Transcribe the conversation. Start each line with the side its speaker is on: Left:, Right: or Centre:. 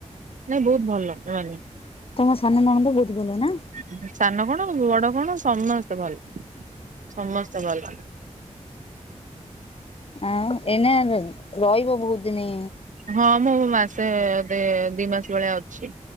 Right: ନାଇଁ ବହୁତ ଭଲ ନୁଆନି।
Left: ତମ ସାନ ନଣନ୍ଦ ବହୁତ ଭଲ ନାଁ?
Right: ଉହୁଁ ସାନ କଣ ବଡ଼ କଣ ସମସ୍ତେ ଭଲ ସମସ୍ତେ ଭଲ।
Left: ଆଉ ଏଇନା ରଇବ ବୋହୁତ ଦିନି।
Right: ହଁ ମୁଁ ମାସେ ଦେ ଦି ମାସେ ଭଳିଆ ଅଛି।